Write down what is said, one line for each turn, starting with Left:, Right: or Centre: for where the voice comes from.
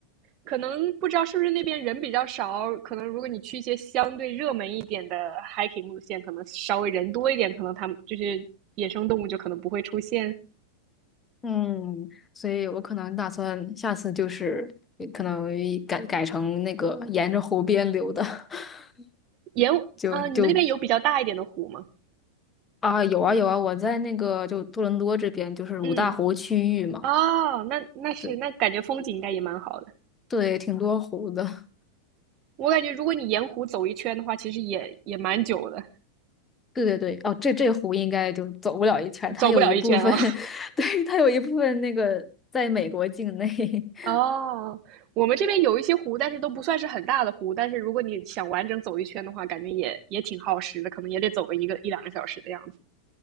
Right: 可能不知道是不是那边人比较少，可能如果你去一些相对热门一点的 hiking 路线，可能稍微人多一点，可能他们就是野生动物就可能不会出现。
Left: 嗯，所以我可能打算下次就是可能改改成那个沿着湖边流的，<laughs>
Right: 沿呃，
Left: 就就
Right: 你们那边有比较大一点的湖吗？
Left: 啊有啊有啊，我在那个就多伦多这边就是五大湖区域嘛，
Right: 嗯，哦，那那是那感觉风景应该也蛮好的。
Left: 对对，挺多湖的，
Right: 我感觉如果你沿湖走一圈的话，其实也也蛮久的，
Left: <laughs> 对对对，哦这这湖应该就走不了一圈，它有一部分，
Right: 走不了一圈啊。
Left: <laughs> 对它有一部分那个在美国境内，<laughs>
Right: 哦，我们这边有一些湖，但是都不算是很大的湖。但是如果你想完整走一圈的话，感觉也也挺耗时的，可能也得走个一个一两个小时的样子。